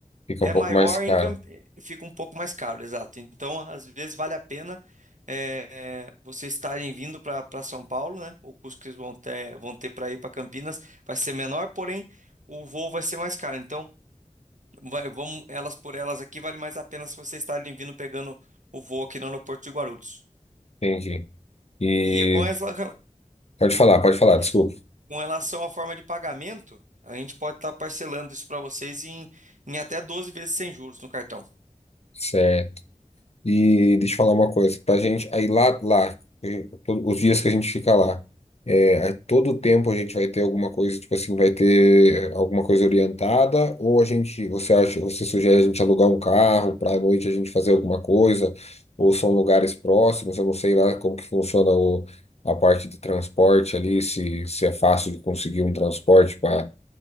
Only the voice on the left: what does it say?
Fica
um pouco
mais caro.
Entendi. E
pode falar, pode falar, desculpa.
Certo. E deixa eu falar uma coisa, pra gente, aí lá, lá, eh, to- os dias que a gente fica lá, é, a todo tempo a gente vai ter alguma coisa, tipo assim, vai ter alguma coisa orientada, ou a gente, você acha, você sugere a gente alugar um carro para à noite a gente fazer alguma coisa, ou são lugares próximos, eu não sei lá como que funciona o, a parte de transporte ali, se, se é fácil de conseguir um transporte para